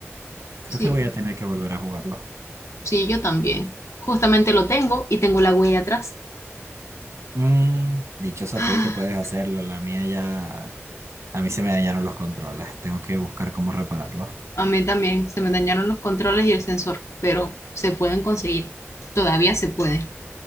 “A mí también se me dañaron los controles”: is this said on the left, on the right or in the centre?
Left